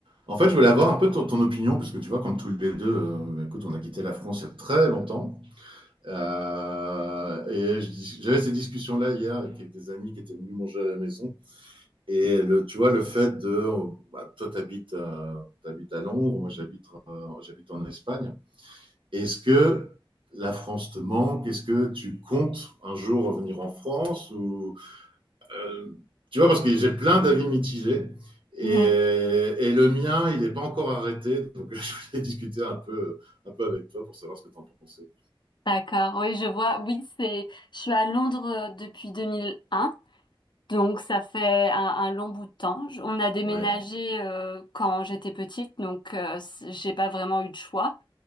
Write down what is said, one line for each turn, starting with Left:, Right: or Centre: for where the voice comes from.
Right: En fait, je voulais avoir un peu ton, ton opinion, parce que tu vois, comme tous les deux, euh, écoute, on a quitté la France il y a très longtemps. Euh, et je dis- j'avais ces discussions-là hier avec des amis qui étaient venus manger à la maison. Et le, tu vois, le fait de. bah, toi, tu t'habites à Londres, moi, j'habite euh, j'habite en Espagne. Est-ce que la France te manque? Est-ce que tu comptes un jour revenir en France? Ou euh, tu vois, parce que j'ai plein d'avis mitigés. Et,
Left: Mhm.
Right: et, le mien, il n'est pas encore arrêté. Donc, <laughs> je voulais discuter un peu, un peu avec toi pour savoir ce que tu en pensais.
Left: D'accord, oui, je vois. Oui, c'est. Je suis à Londres euh, depuis 2001, donc ça fait un, un long bout de temps. Je- On a déménagé
Right: Oui.
Left: euh, quand j'étais petite, donc euh, c- j'ai pas vraiment eu de choix.